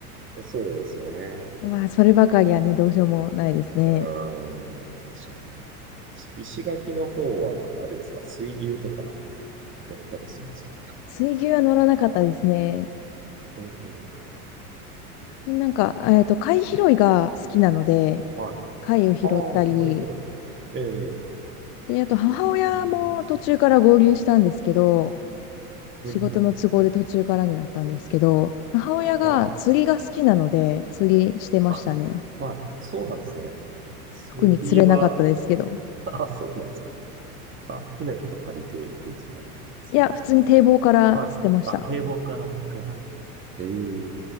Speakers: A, on the right (about 25°); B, on the left (about 40°).
A: あ、そうですよね。
B: まあ、そればかりはね、どうしようもないですね。
A: うーん、確かに。し石垣の方は、あれですか、水牛とか乗ったりするんですか
B: 水牛は乗らなかったですね。
A: <laughs> うーん、
B: なんか、えっと、貝拾いが好きなので、
A: はい。
B: 貝を拾ったり、
A: ああ、貝拾い。ええう
B: で、あと、母親も途中から合流したんですけど、
A: ーん、
B: 仕事の都合で途中からになったんですけど、
A: うん、うん。
B: 母親が釣りが好きなので、
A: はい。
B: 釣りしてましたね。
A: あ、はい。そうなんですね。釣りは、
B: 特に釣れなかったですけど。
A: あ、<laughs> そうなんですか。あ、船とか借りていくんですか次は。
B: いや、普通に堤防から捨てました。
A: はい。あ、堤防から。はいはいはい。ええ